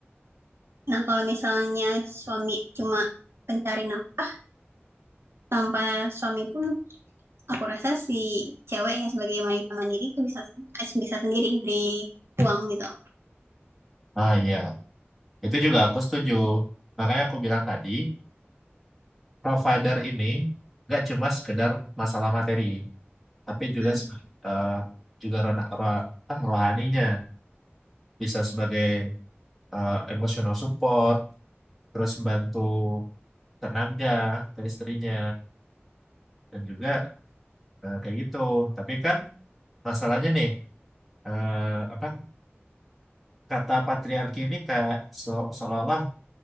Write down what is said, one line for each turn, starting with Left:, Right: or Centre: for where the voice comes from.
Right: nah kalau misalnya suami cuma pencari nafkah tanpa suami pun aku rasa si cewek ya sebagai wanita mandiri itu bisa eh, bisa sendiri dari uang gitu.
Centre: ah iya, itu juga aku setuju. Makanya aku bilang tadi, provider ini nggak cuma sekedar masalah materi, tapi juga
Right: Hmm.
Centre: seba- eh, juga ro- ro- ah, rohaninya bisa sebagai eh, emotional support, terus bantu tenaga ke istrinya dan juga eh, kayak gitu. Tapi kan masalahnya nih, eh, apa? kata patriarki ini kayak se- seolah-olah